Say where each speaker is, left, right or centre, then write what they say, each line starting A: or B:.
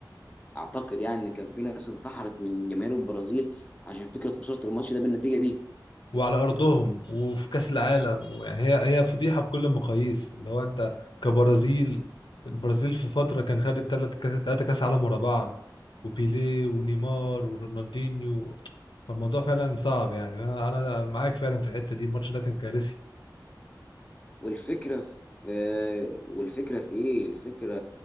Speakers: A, on the left; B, on the left.
A: آه، اعتقد يعني ان كان في ناس انتحرت من جماهير البرازيل عشان فكره خساره الماتش ده بالنتيجه دي
B: وعلى ارضهم وفي كاس العالم ويعني هي هي فضيحه بكل المقاييس اللي هو انت كبرازيل البرازيل في فتره كان خدت ثلاث كاس ثلاثه كاس عالم ورا بعض وبيليه ونيمار ورونالدينيو فالموضوع فعلا صعب يعني انا أنا معاك فعلا في الحته دي الماتش ده كان كارثي
A: والفكره في آه، والفكره في ايه الفكره